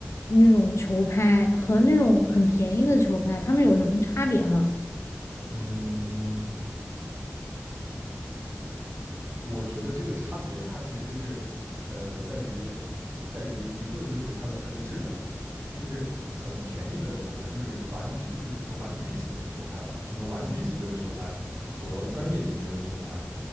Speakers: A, on the left; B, on the right.
A: 那种球拍和那种很便宜的球拍，它们有什么差别吗？
B: 嗯，我觉得这个差别它其实是呃在于在于一个就是它的它的质量。就是很便宜的球拍，就是玩具，就是说玩具级别的球拍吧，就是说玩具级别的球拍和专业级别的球拍，